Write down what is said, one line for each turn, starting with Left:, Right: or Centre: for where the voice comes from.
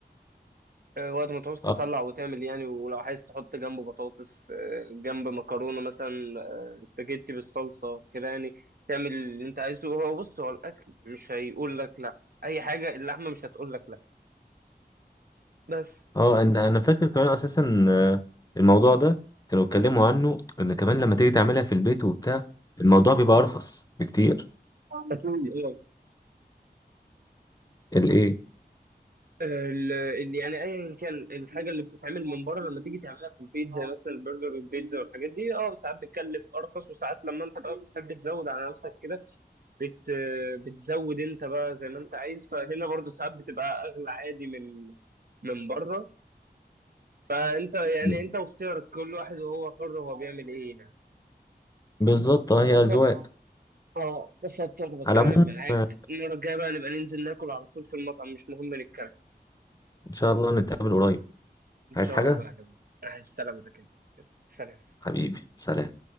Right: آه، وقت ما تعوز تطلع
Left: اه
Right: وتعمل يعني ولو عايز تحط جنبه بطاطس آه، جنب مكرونة مثلا آه، سباجيتي بالصلصة كده يعني تعمل اللي انت عايزه هو بص هو الأكل مش هيقول لك لأ أي حاجة اللحمة مش هتقول لك لأ بس
Left: آه، انا انا فاكر كمان اساسا آه، الموضوع ده كانوا اتكلموا عنه ان كمان لما تيجي تعملها في البيت وبتاع الموضوع بيبقى ارخص بكتير
Right: أكيد
Left: الايه
Right: ال- اللي يعني ايا كان الحاجه اللي بتتعمل من بره لما تيجي تعملها في البيت زي مثلا البرجر والبيتزا والحاجات دي اه ساعات بتكلف ارخص وساعات لما انت بقى بتحب تزود على نفسك كده بت بتزود انت بقى زي ما انت عايز فهنا برضو ساعات بتبقى اغلى عادي من من بره فانت يعني
Left: مم.
Right: انت واختيارك كل واحد وهو حر هو بيعمل ايه يعني
Left: بالظبط اه
Right: انبسطت
Left: هي اذواق
Right: اه انبسطت وانا بتكلم
Left: على العموم
Right: معاك
Left: آه،
Right: المره الجايه بقى نبقى ننزل ناكل على طول في المطعم مش مهم نتكلم
Left: ان شاء الله نتقابل قريب
Right: ان
Left: عايز
Right: شاء
Left: حاجة
Right: الله يا حبيبي مع السلامه كده سلام
Left: حبيبي سلام